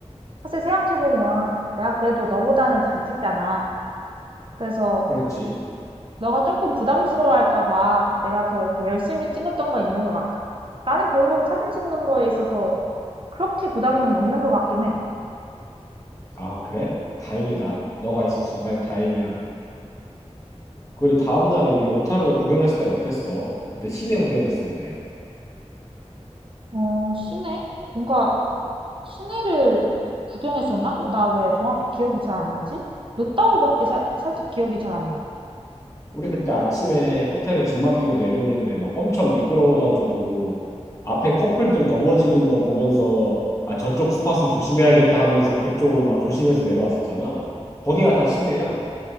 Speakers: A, on the right; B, on the left.
A: 사실 생각해보면 내가 그래도 너보다는 잘 찍잖아. 그래서
B: 그렇지.
A: 너가 조금 부담스러워할까 봐 내가 더 이렇게 열심히 찍었던 거 있는 것 같아. 나는 별로 사진 찍는 거에 있어서 그렇게 부담은 없는 것 같긴 해.
B: 아, 그래? 다행이다. 너가 있어서 정말 다행이야. 그리 다음 날에 우리 오타루 구경했을 땐 어땠어? 그때 시내 구경했을 때.
A: 어, 시내? 뭔가 시내를 구경했었나? 나 왜 정확히 기억이 잘 안 나지? 르따우밖에 살 살짝 기억이 잘 안 나.
B: 우리 그때 아침에 호텔에 짐 맡기고 내려오는데 막 엄청 미끄러워가지고 앞에 커플들 넘어지는 거 보면서 아 저쪽 스팟은 조심해야겠다 하면서 그쪽은 막 조심해서 내려왔었잖아. 거기가 다 시내야.